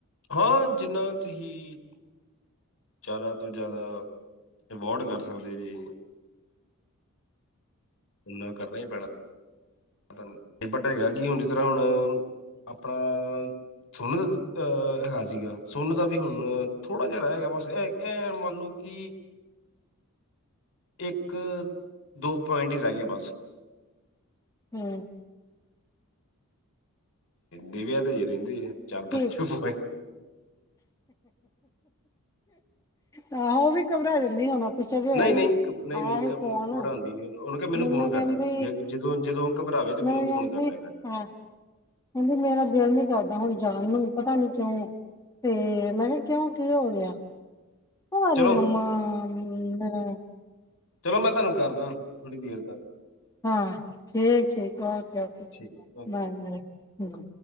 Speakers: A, on the left; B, on the left.
A: ਹਾਂ ਜਿਨਾ 'ਚ ਹੀ ਜਿਆਦਾ ਤੋਂ ਜ਼ਿਆਦਾ ਅਵੋਡ ਕਰ ਸਕਦੇ ਜੀ। ਉਹਨਾਂ ਕਰਨਾ ਈ ਪੈਣਾ। ਪਤਾ ਨੀ ਇਹ ਪਟੇਗਾ। ਜੇ ਜਿਸ ਤਰ੍ਹਾਂ ਹੁਣ ਆਪਣਾ ਸੋਨੂੰ ਤਾਂ ਐਹ ਹਾਲ ਸੀਗਾ, ਸੋਨੂੰ ਦਾ ਵੀ ਹੁਣ ਥੋੜ੍ਹਾ ਜਿਹਾ ਰਹਿ ਗਿਆ। ਬਸ ਇ ਐ ਮੰਨ ਲਓ ਕੀ ਇੱਕ - ਦੋ ਪੁਆਇੰਟ ਈ ਲਾਈਏ ਬਸ।
B: ਹੂੰ
A: ਦੇਵੀਆਂ ਤੇ ਈ ਰਹਿੰਦੀ ਏ ਚਾਰ
B: ਠੀਕ।
A: ਪੰਜ ਮੋਬ
B: ਆਹੋ, ਉਹ ਵੀ ਘਬਰਾ ਜਾਂਦੀ ਆ ਹੁਣ। ਪਿੱਛੇ ਜੇ
A: ਨਹੀਂ
B: ਆਇਆ
A: ਨਹੀਂ ਘ- ਨਹੀਂ
B: ਆਇਆ
A: ਨਹੀਂ
B: ਹੀ
A: ਘਬ-
B: ਫੋਨ,
A: ਘਬਰਾਉਂਦੀ ਨਹੀਂ ਉਹਨੂੰ ਕਿਹਾ
B: ਮੈਨੂੰ
A: ਫੋਨ ਕਰ
B: ਕਹਿੰਦੀ
A: ਲੈ ਕਰ। ਜੇ ਜਦੋਂ ਜਦੋਂ ਘਬਰਾਵੇ ਤੇ ਮੈਨੂੰ
B: ਮੈਂਨੂੰ ਕਹਿੰਦੀ
A: ਫੋਨ ਕਰ ਲੈ ਕਰ
B: ਆਕਹਿੰਦੀ ਮੇਰਾ ਦਿਲ ਨੀ ਕਰਦਾ ਹੁਣ ਜਾਣ ਨੂੰ। ਪਤਾ ਨੀ ਕਿਉਂ? ਤੇ ਮੈਂ ਕਿਹਾ ਕਿਉਂ ਕੀ ਹੋ ਗਿਆ? ਆ
A: ਚਲੋ
B: ਨੀ ਮੰਮਾ ਮਿਦੰਰਾ।
A: ਚਲੋ, ਮੈਂ ਤੁਹਾਨੂੰ ਕਰਦਾ, ਥੋੜ੍ਹੀ ਦੇਰ ਤੱਕ।
B: ਹਾਂ ਠੀਕ -ਠੀਕ, ਓਕੇ -ਓਕੇ,
A: ਠੀਕ ਓਕੇ
B: ਬਾਏ -ਬਾਏ।